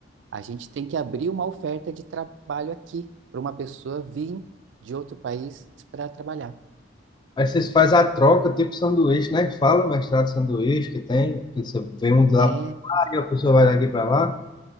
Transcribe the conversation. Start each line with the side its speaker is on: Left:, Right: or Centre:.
Right: A gente tem que abrir uma oferta de trabalho aqui para uma pessoa vir de outro país para trabalhar.
Left: Aí vocês fazem a troca, tipo sanduíche, né? Fala, mestrado sanduíche que tem, que você vem um de lá,
Right: É
Left: e a pessoa vai daqui para lá.